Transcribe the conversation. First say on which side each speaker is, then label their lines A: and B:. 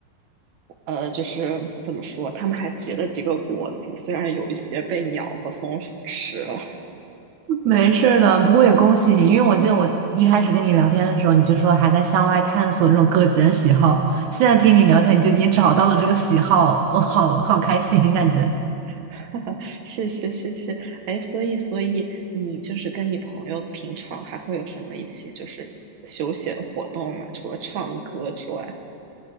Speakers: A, on the right; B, on the right.
A: 呃，就是怎么说，他们还结了几个果子，虽然有一些被鸟和松鼠吃了。
B: 没事儿的，不过也恭喜你，因为我记得我一开始跟你聊天的时候，你就说还在向外探索那种个人喜好，现在听你聊天，你就已经找到了这个喜好，我好好开心，感觉。
A: <laughs> 谢谢谢谢，哎，所以所以你就是跟你朋友平常还会有什么一起就是休闲活动吗？除了唱歌之外，